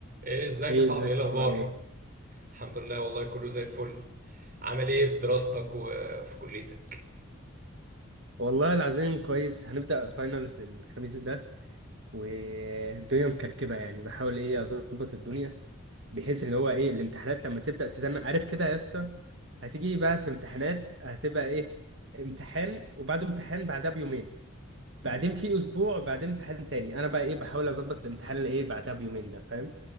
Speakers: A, on the right; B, on the right.
A: ايه ازيك
B: ايه
A: يا صاحبي
B: ازيك
A: ايه
B: يا
A: الاخبار
B: صاحبي عامل ايه؟
A: الحمد لله والله كله زي الفل عامل ايه في دراستك وفي كليتك
B: والله العظيم كويس هنبدأ فاينلز الخميس ده والدنيا مكركبة يعني بحاول ايه اظبط الدنيا بحيث اللي هو ايه الامتحانات لما تبدأ تزنق عارف كده يا اسطى هتيجي بقى في امتحانات هتبقى ايه امتحان وبعده امتحان بعدها بيومين بعدين في اسبوع بعدين امتحان تاني انا بقى ايه بحاول اظبط الامتحان اللي ايه بعدها بيومين ده فاهم؟